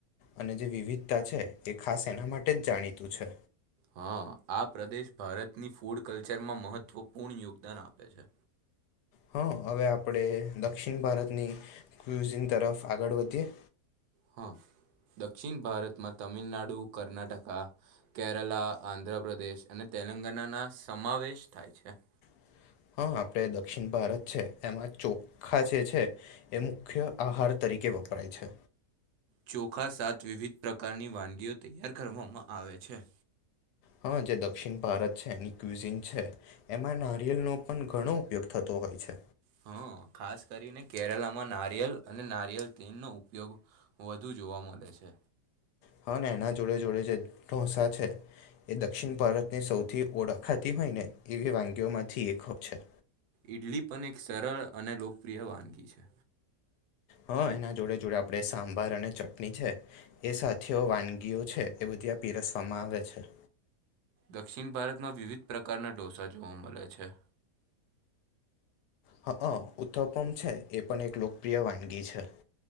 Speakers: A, on the left (about 80°); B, on the right (about 75°).
A: અને જે વિવિધતા છે એ ખાસ એના માટે જ જાણીતું છે
B: હા આ પ્રદેશ ભારતની ફૂડ કલ્ચરમાં મહત્વપૂર્ણ યોગદાન આપે છે.
A: હા હવે આપણે દક્ષિણ ભારતની ક્યુઝન તરફ આગળ વધીએ.
B: હા. દક્ષિણ ભારતમાં તમિલનાડુ કર્ણાટકા કેરલા, આંધ્રપ્રદેશ અને તેલંગાનાના સમાવેશ થાય છે.
A: <inaudible> હા આપડે દક્ષિણ ભારત છે એમાં ચોખા જે છે, એ મુખ્ય આહાર તરીકે તરીકે વપરાય છે.
B: ચોખા સાત વિવિધ પ્રકારની વાનગીઓ તૈયાર કરવામાં આવે છે.
A: હા, જે દક્ષિણ ભારત છે એની કવિઝન છે એમાં નારિયેલનોો પણ ઘણો ઉપયોગ થતો હોય છે.
B: હા, ખાસ કરીને કેરલામાં નારિયેલ અને નારિયેલ તેલનો ઉપયોગ વધુ જોવા મળે છે,
A: હા, એના જોડે જોડે જે ઢોસા છે. એ દક્ષિણ ભારતની સૌથી ઓળખાતી હોય ને એવી વાનગીઓ માંથી એક છે.
B: ઈડલી પણ એક સરળ અને લોકપ્રિય વાનગી છે.
A: હા, એના જોડે જોડે આપડે સાંભાર અને ચટણી છે એ સાથીઓ વાનગીઓ છે, એ બધ ત સમાવ છેર
B: દક્ષિણ ભારતમાં વિવિધ પ્રકારના ઢોસા જોવા મળે છે,
A: હા, ઉથપમ છે એ પણ એક લોકપ્રિય વાનગી છે,